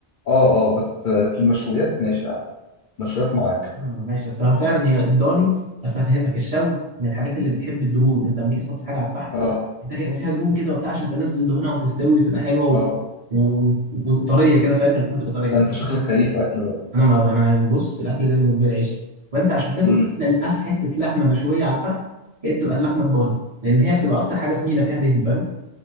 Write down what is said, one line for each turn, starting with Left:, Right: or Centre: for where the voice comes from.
Left: اه اه بس في المشويات ماشي يعني مشويات معاك
Right: مم، ماشي بس هو فعلا هي الضاني بس هفهمك الشوي من الحاجات اللي بتحب الدهون انت لما تيجي تحط حاجه على الفحم
Left: اه
Right: محتاج يبقى فيها دهون كده وبتاع عشان تنزل دهونها وتستوي وتبقى حلوه و...
Left: اه
Right: و... وطريه كده فاهم اللحمه تبقى طريه
Left: ده انت شكلك كيف اكل بقى
Right: انا ما انا بص الاكل ده بالنسبه لي عيش فانت عشان تاكل
Left: امم
Right: احلى لأ- حته لحمه مشويه على الفحم هي بتبقى اللحمه الضاني لان هي بتبقى اكتر حاجه سمينه فيها دهن فاهم